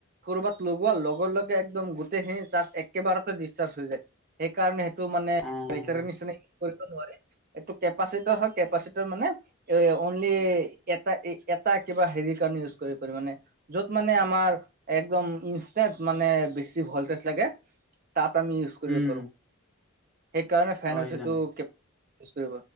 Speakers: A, on the right; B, in the centre.
A: কৰ'বাত লগোৱা লগে লগে একদম গোটেইখিনি চাৰ্জ একেবাৰতে ডিচাৰ্জ হৈ যায় সেইকাৰণে টো মানে
B: অ',
A: টাৰ নিচিনা কৰিব নোৱাৰে এইটো কেপাচিটি হয় কেপাচিটৰ মানে এ অনলি এটা এটা কিবা হেৰিৰ কাৰণে ইউজ কৰিব পাৰ মানে। য'ত মানে আমাৰ একদম ইনষ্টেণ্ট মানে বেছি ভলটেজ লাগে। তাত আমি ইউজ কৰিব
B: উম,
A: পাৰো সেইকাৰণে ফেনটো
B: হয় জানো
A: ই কৰিব।